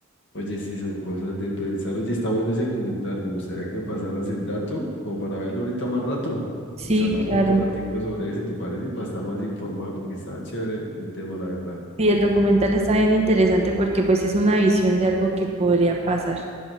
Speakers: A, on the left; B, on the right.
A: Oye, sí, son cosas de pensar. Oye, está bueno ese documental. Me gustaría que me pasaras el dato como para verlo ahorita más rato.
B: Sí,
A: Y charlamos
B: claro.
A: otro ratico sobre eso, ¿te parece? Para estar más informado porque está chévere el, el tema, la verdad.
B: Sí, el documental está bien interesante porque pues es una visión de algo que podría pasar.